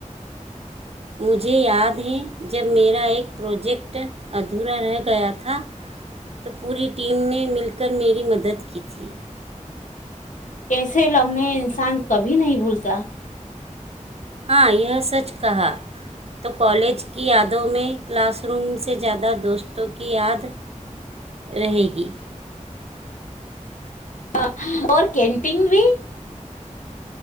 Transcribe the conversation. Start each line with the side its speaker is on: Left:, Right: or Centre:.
Right: مجھے یاد ہے جب میرا ایک پروجیکٹ ادھورا رہ گیا تھا تو پوری ٹیم نے مل کر میری مدد ک ت
Left: ایسے لمحے انسان کبھی نہیں بھولتا
Right: ہاں یہ سچ کہا تو کالج کی یادوں میں کلاس روم سے زیادہ دوستوں کی یاد رہے گی
Left: ہاں اور کینٹین بھی